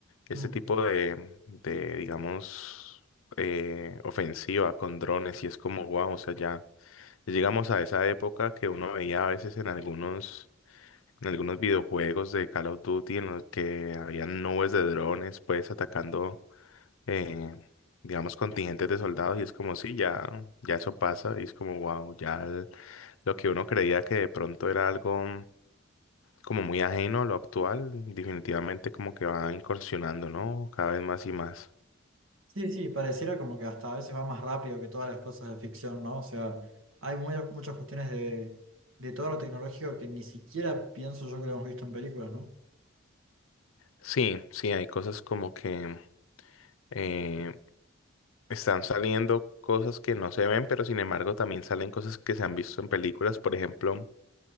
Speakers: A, on the left; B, on the right.
A: este
B: Mm.
A: tipo de, de digamos, eh, ofensiva con drones y es como, wow, o sea, ya llegamos a esa época que uno veía a veces en algunos en algunos videojuegos de Call of Duty en los que habían nubes de drones, pues atacando, eh, digamos, contingentes de soldados y es como, sí, ya, ya eso pasa y es como, wow, ya el- lo que uno creía que de pronto era algo como muy ajeno a lo actual, definitivamente como que va incursionando, ¿no? Cada vez más y más.
B: Sí, sí, pareciera como que hasta a veces va más rápido que todas las cosas de ficción, ¿no? O sea, hay muy- muchas cuestiones de, de todo lo tecnológico que ni siquiera pienso yo que lo hemos visto en películas, ¿no?
A: Sí, sí, hay cosas como que eh, están saliendo cosas que no se ven, pero sin embargo también salen cosas que se han visto en películas, por ejemplo.